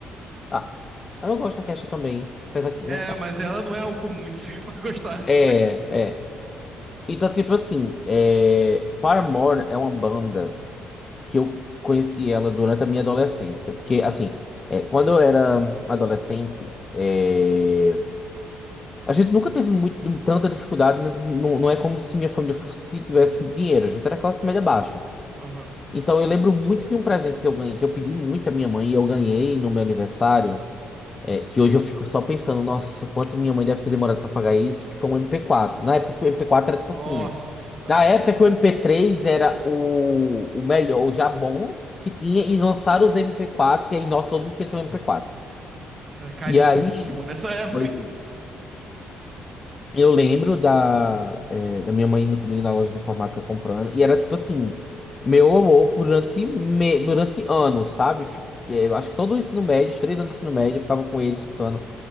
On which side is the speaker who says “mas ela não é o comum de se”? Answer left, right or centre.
Right